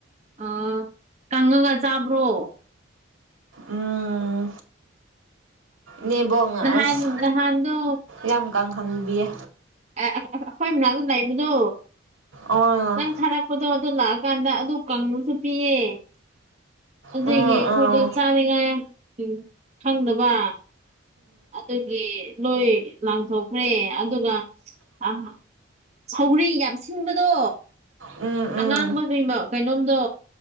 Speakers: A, on the right; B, on the right.
A: ꯑ ꯀꯪꯉꯒ ꯆꯥꯕ꯭ꯔꯣ꯫
B: ꯎꯝ ꯅꯤꯕꯣꯡ
A: ꯅꯍꯥꯟ
B: ꯑꯁ
A: ꯅꯍꯥꯟꯗꯣ
B: ꯌꯥꯝ ꯀꯪꯍꯟꯕꯤꯌꯦ꯫
A: ꯑꯦ ꯑ ꯑ ꯑꯩꯈꯣꯏ ꯃꯅꯥꯛꯇ ꯂꯩꯕꯗꯣ
B: ꯑꯣ
A: ꯅꯪ ꯊꯥꯔꯛ ꯄꯣꯗꯣ ꯑꯗꯨ ꯂꯥꯛꯑꯀꯥꯟꯗ ꯑꯗꯨ ꯀꯪꯕꯁꯨ ꯄꯤꯌꯦ꯫ ꯑꯗꯨꯒꯤ
B: ꯎꯝ ꯑꯥ
A: ꯑꯩꯈꯣꯏꯗꯣ
B: ꯎꯝ
A: ꯆꯥꯅꯤꯡꯉꯥꯏ ꯎꯝ ꯈꯪꯗꯕ꯫ ꯑꯗꯨꯒꯤ ꯂꯣꯏ ꯂꯥꯡꯊꯣꯛꯈ꯭ꯔꯦ ꯑꯗꯨꯒ ꯑ ꯁꯧꯒ꯭ꯔꯤ ꯌꯥꯝ ꯁꯤꯟꯕꯗꯣ
B: ꯎꯝ
A: ꯑꯉꯥꯡꯕ
B: ꯎꯝ
A: ꯒꯤꯝꯕ ꯀꯩꯅꯣꯝꯗꯣ